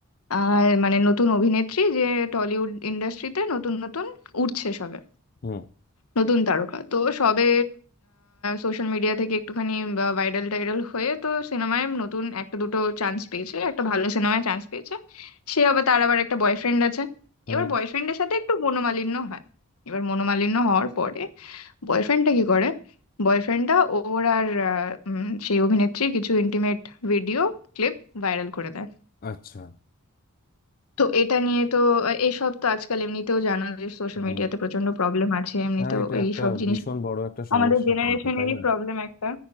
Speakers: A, on the left; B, on the left.
A: আর মানে নতুন অভিনেত্রী যে টলিউড ইন্ডাস্ট্রিতে নতুন নতুন উঠছে সবে
B: হুম
A: নতুন তারকা তো সবে সোশ্যাল মিডিয়া থেকে একটুখানি ভাইরাল টাইরাল হয়ে তো সিনেমায় নতুন একটা দুটো চান্স পেয়েছে একটা ভালো সিনেমায় চান্স পেয়েছে সে আবার তার আবার একটা বয়ফ্রেন্ড আছে
B: হুম
A: এবার বয়ফ্রেন্ডের সাথে একটু মনোমালিন্য হয় এবার মনোমালিন্য হওয়ার পরে বয়ফ্রেন্ডটা কি করে বয়ফ্রেন্ডটা ওর আর আহ, উম, সেই অভিনেত্রীর কিছু ইন্টিমেট ভিডিও ক্লিপ ভাইরাল করে দেয়
B: আচ্ছা
A: তো এটা নিয়ে তো আহ, এইসব তো আজকাল এমনিতেও জানো যে সোশ্যাল
B: হুম
A: মিডিয়াতে প্রচন্ড প্রবলেম আছে এমনিতেও
B: হ্যাঁ এটা
A: এইসব
B: একটা
A: জিনিস
B: ভীষণ বড় একটা সমস্যা
A: আমাদের জেনারেশনেরই
B: কিন্তু তাই না
A: প্রবলেম একটা